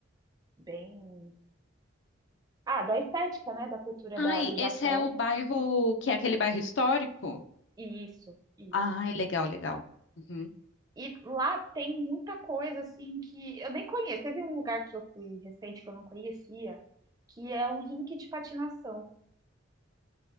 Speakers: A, on the right; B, on the left.
A: bem. Ah, da estética, né? Da cultura
B: Ai,
A: da- do Japão.
B: esse é o bairro que é aquele bairro histórico?
A: Isso, isso.
B: Ai, legal, legal. Uhum.
A: E lá tem muita coisa assim que eu nem conheço. Teve um lugar que eu fui recente que eu não conhecia, que é um rink de patinação.